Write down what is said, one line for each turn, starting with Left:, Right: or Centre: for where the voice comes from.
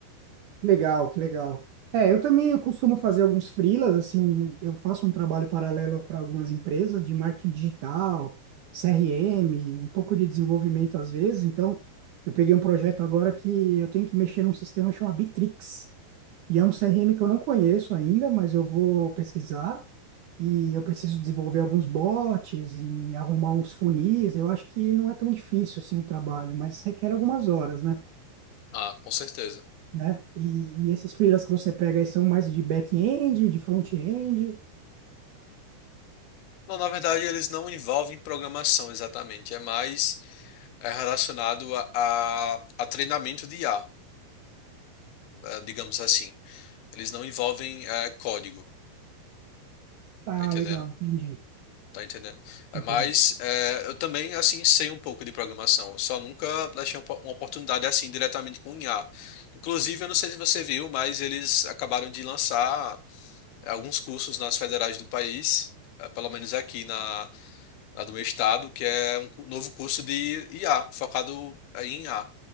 Right: Legal, que legal. É, eu também eu costumo fazer alguns freelas, assim, eu faço um trabalho paralelo para algumas empresas de marketing digital, CRM, um pouco de desenvolvimento às vezes. Então, eu peguei um projeto agora que eu tenho que mexer num sistema chamado Bitrix. E é um CRM que eu não conheço ainda, mas eu vou pesquisar e eu preciso desenvolver alguns bots e arrumar uns funis. Eu acho que não é tão difícil assim o trabalho, mas requer algumas horas, né?
Left: Ah, com certeza.
Right: né? E, e esses freelas que você pega aí são mais de back-end, de front-end.
Left: Não, na verdade eles não envolvem programação exatamente, é mais é, relacionado a, a, a treinamento de IA, eh, digamos assim. Eles não envolvem eh, código,
Right: Ah,
Left: tá entendendo?
Right: legal, entendi,
Left: Tá entendendo? É,
Right: entendi.
Left: Mas é, eu também, assim, sei um pouco de programação. Eu Só nunca achei uma uma oportunidade assim diretamente com IA. Inclusive, eu não sei se você viu, mas eles acabaram de lançar alguns cursos nas federais do país, é, pelo menos aqui na, na do meu estado, que é um cu- novo curso de IA, focado é, em IA.